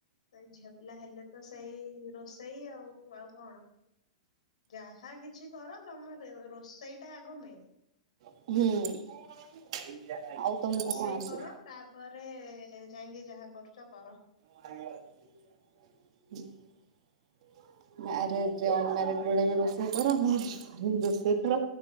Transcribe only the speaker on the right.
ହୁଁ ଆଉ
ଆସେ?
<inaudible> ମ୍ୟାରେଜ୍ ଅନମ୍ୟାରେଡ ବେଳେ ବି ରୋଷେଇ କର ରୋଷେଇ କର।